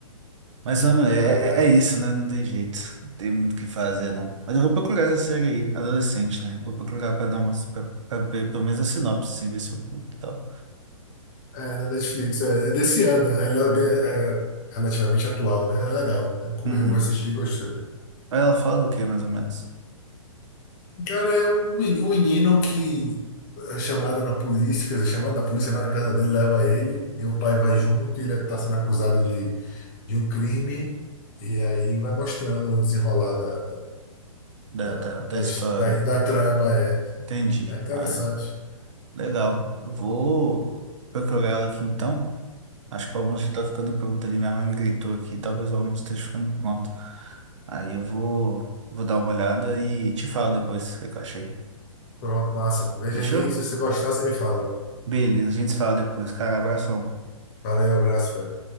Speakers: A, on the right; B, on the left.
A: Mas homem, é,
B: Aí, né?
A: é é isso, né? Não tem jeito. Não tem muito o que fazer, não. Mas eu vou procurar essa série aí, adolescente, né? Vou procurar pra dar umas. Pra, pra ver pelo menos a sinopse, assim, ver se eu curto e tal.
B: É, na Netflix, é, é desse ano. Ela é, bem- é é relativamente atual, né? É legal. Eu
A: Uhum.
B: eu assisti e gostei.
A: Ela fala do que, mais ou menos?
B: Cara, é um meni- um menino que é chamado na polícia, quer dizer, chamado na polícia, vai na casa dele, leva ele, e o pai vai junto, e ele está sendo acusado de, de um crime, e aí vai mostrando o desenrolar da, da,
A: Da,
B: da,
A: da, da
B: das-
A: história.
B: da, da trama. É,
A: Entendi.
B: é interessante.
A: Ah, Legal. Eu Vou procurar ela aqui então. Acho que o almoço já tá ficando pronto ali. Minha mãe me gritou aqui. Talvez o almoço esteja ficando pronto. Aí eu vou, vou dar uma olhada e te falo depois o que é que eu achei.
B: Pronto, massa. Veja
A: Fechou?
B: aí, se você gostar, você me fala.
A: Beleza, a gente se fala depois, cara. Abração.
B: Valeu, abraço, velho.